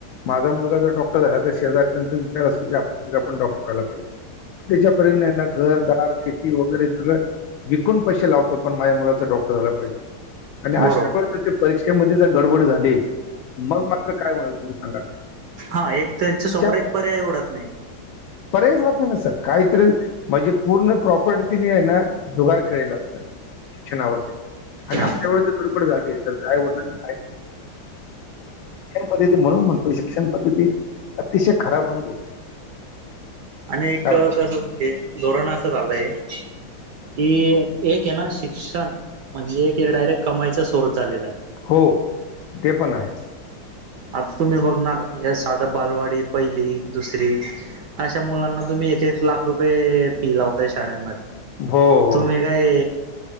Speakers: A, on the left (about 75°); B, on the right (about 70°).
A: माझा मुलगा जर डॉक डॉक्टर झाला तर आता शेजारच्याचा विचारतो की आपला पण डॉक्टर झाला पाहिजे त्याच्यापर्यंत ना घर दार शेती वगैरे सगळं विकून पैसे लावतो पण माझ्या मुलाचा डॉक्टर झाला पाहिजे आणि
B: बरोबर
A: अशा वेळेस जर ते परीक्षेमध्ये जर गडबड झाली मग मात्र काय होणार तुम्ही सांगा ना
B: हा एक त्यांच्या
A: विचार
B: समोर एक पर्याय उडत नाही
A: पर्यायच राहत नाही ना सर काहीतरी म्हणजे पूर्ण प्रॉपर्टी तेनी आहे ना जुगार केलेला असत शिक्षणावरती आणि
B: हा
A: अशा वेळेस जर गडबड झाली तर त्या आई वडिलांनी शिक्षण पद्धती म्हणून म्हणतो शिक्षण पद्धती अतिशय खराब होऊन गेली
B: आणि एक
A: कारण
B: कस धोरण असं झालंय कि एक आहे ना शिक्षण म्हणजे एक डायरेक्ट कमाईचा सोर्स चालेला आहे
A: हो ते पण आहे
B: आता तुम्ही बघणार हे साधा बालवाडी पहिली दुसरी अशा मुलांना तुम्ही एक एक लाख रुपये फी लावताय शाळांमध्ये
A: हो.. हो
B: तुम्ही काय